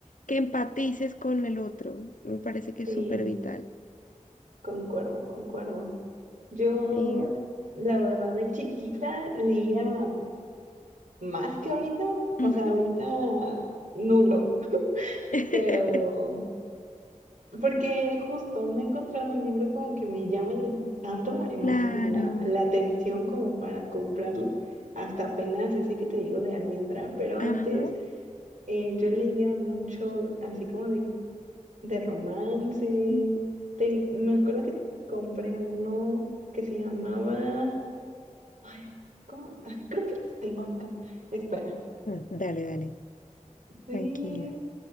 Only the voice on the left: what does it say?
que empatices con el otro. Me parece que es
súper vital.
Y...
ujú.
<laughs>
Claro.
Ajá.
ujú.
Ah, Dale, dale.
Tranquila.